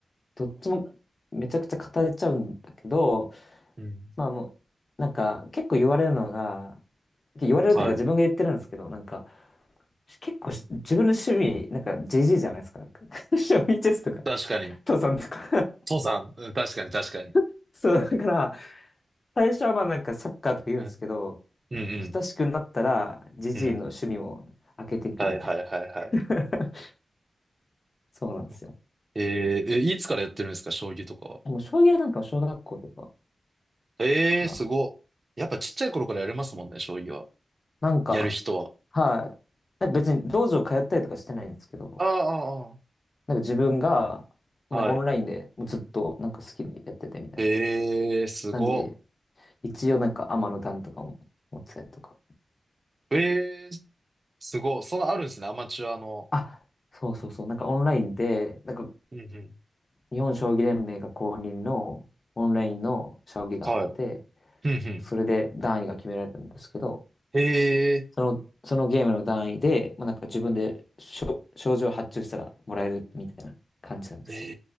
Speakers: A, on the left; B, on the right.
A: どっちもめちゃくちゃ語れちゃうんだけど、
B: うん。
A: まあもう、なんか、結構言われるのが、言われるというか自分が言ってるんですけど、
B: はい。
A: なんか、結構し自分の趣味、なんかジ g じゃないですか。なんか <laughs> 将棋チェスとか、
B: 確かに。
A: 父さんとか
B: 登山。うん確かに、確かに。
A: <laughs> そう、だから、最初はまあなんかサッカーとか言うんですけど、
B: うん。うんうん。
A: 親しくなったらジジイの趣味も開けていくみたい
B: うん。はいはいはいはい。
A: な。<laughs> そうなんですよ。
B: よくえー、え、いつからやってるんですか、将棋とかは。
A: でも将棋はなんか小学校とか
B: ええー、
A: か。
B: すごっ。やっぱちっちゃい頃からやれますもんね、将棋は。
A: なんか、
B: やる人は。
A: はい。なんか別に道場通ったりとかしてないんですけど、
B: ああ、
A: なんか自分が、なんかオンラインでもうずっとなんか好きにやっててみたいな。
B: ああ、はい。ええー、すごっ。
A: なんで、一応なんか天の段とかも持ってたりとか。
B: ええー、すごっ。そのあるんですね、アマチュアの。
A: あ、そうそうそう。なんかオンラインで、なんか
B: うんうん。
A: 日本将棋連盟が公認のオンラインの将棋があって、
B: はい。うんうん。
A: それで段位が決められたんですけど、
B: ええ
A: その、そのゲームの段位で、まあ、なんか自分で賞賞状を発注したらもらえるみたいな感じなんですよ。
B: ー、え